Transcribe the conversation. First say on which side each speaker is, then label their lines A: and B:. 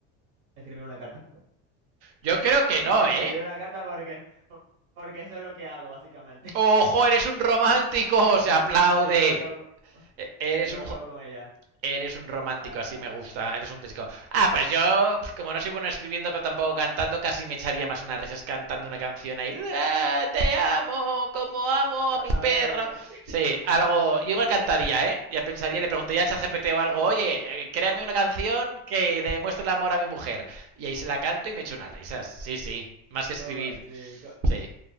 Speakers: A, on the right; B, on the right.
A: Escribir una carta.
B: Yo creo
A: <laughs>
B: que no,
A: Escribir
B: ¿eh?
A: una carta porque, porque eso es lo que hago, básicamente. <laughs>
B: ¡Ojo, eres un romántico! Se aplaude.
A: Eso es lo que hago,
B: E- Eres
A: eso es
B: un...
A: lo que hago con ella.
B: Eres un romántico,
A: Ah,
B: así me gusta. Eres un clásico. Ah, pues yo, pues, como no soy bueno escribiendo, pero tampoco cantando, casi me echaría más unas risas cantando una canción ahí. "Ah, Te amo, como amo
A: a,
B: a mi
A: a
B: perro.
A: ver, <laughs>
B: Sí, algo. Yo igual
A: ¿cómo,
B: cantaría,
A: cómo,
B: ¿eh? Ya pensaría, le preguntaría a ChatGPT o algo, oye, eh, créame una canción que le demuestre el amor a mi mujer. Y ahí se la canto y me echo unas risas. Sí, sí. Más que
A: cómo-
B: escribir.
A: sí,
B: Sí.